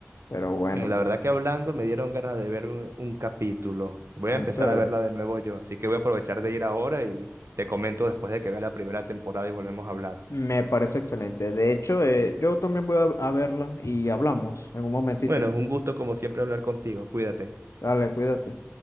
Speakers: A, on the left; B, on the right.
A: Pero bueno,
B: Mira, la verdad que hablando me dieron ganas de ver un, un capítulo. Voy a
A: en
B: empezar
A: serio.
B: a verla de nuevo yo, así que voy a aprovechar de ir ahora y te comento después de que vea la primera temporada y volvemos a hablar.
A: Me parece excelente. De hecho, eh, yo también voy a a verla y hablamos en un momentito.
B: Bueno, es un gusto como siempre hablar contigo. Cuídate.
A: Dale, cuídate.